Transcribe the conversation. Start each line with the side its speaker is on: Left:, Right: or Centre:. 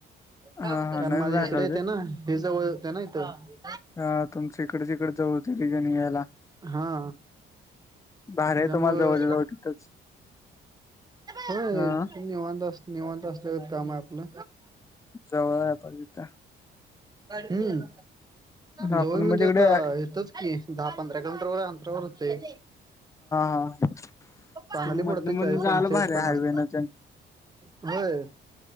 Right: कारण
Left: हा हा नवीन
Right: माझे
Left: राहिला
Right: इकडे येत ना हि जवळ होते ना इथं
Left: हा तुमच इकडच इकडे जवळ <unintelligible> यायला.
Right: हा.
Left: भारी आहे
Right: त्यामुळं
Left: तुम्हाला, जवळच्या जवळ तिथंच.
Right: हो
Left: हा
Right: निवांत स निवांत, असल्यागत काम आहे आपलं.
Left: जवळ आहे पण तिथं
Right: हम. जवळ
Left: आपण
Right: म्हणजे
Left: मग तिकडे
Right: आता
Left: हा
Right: हितच, कि दहा पंधरा किलोमीटर व अंतरावर होतंय.
Left: हा
Right: सांगली
Left: तू मधन
Right: पडते
Left: मधन
Right: चाळीस,
Left: जायला
Right: पंचाळीस
Left: भारी
Right: पन्नास.
Left: आहे हायवे न तेन
Right: होय.